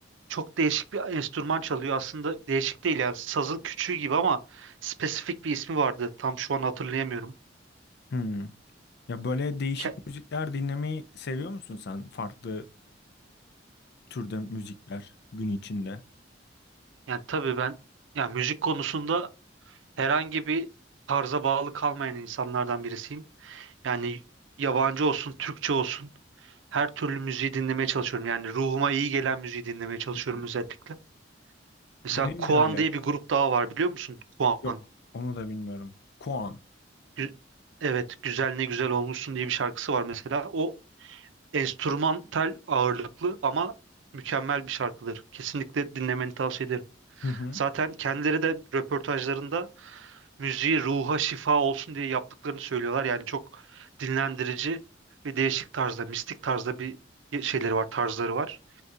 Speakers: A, on the right (about 85°); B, on the left (about 60°).
A: çok değişik bir enstrüman çalıyor. Aslında değişik değil yani sazın küçüğü gibi ama spesifik bir ismi vardı. Tam şu an hatırlayamıyorum.
B: Hmm. Ya böyle değişik
A: Ke-
B: müzikler dinlemeyi seviyor musun sen? Farklı türde müzikler gün içinde.
A: Yani tabii ben yani müzik konusunda herhangi bir tarza bağlı kalmayan insanlardan birisiyim. Yani yabancı olsun, Türkçe olsun her türlü müziği dinlemeye çalışıyorum. Yani ruhuma iyi gelen müziği dinlemeye çalışıyorum
B: Hı hı.
A: özellikle. Mesela
B: Benim
A: Kuan
B: de öyle.
A: diye bir grup daha var biliyor musun? Kuan.
B: Yok, onu da bilmiyorum. Kuan.
A: Gü- evet, Güzel Ne Güzel Olmuşsun diye bir şarkısı var mesela. O enstrümantal ağırlıklı ama mükemmel bir şarkıdır. Kesinlikle dinlemeni tavsiye ederim.
B: Hı hı.
A: Zaten kendileri de röportajlarında müziği ruha şifa olsun diye yaptıklarını söylüyorlar. Yani çok dinlendirici ve değişik tarzda, mistik tarzda bir şeyleri var, tarzları var.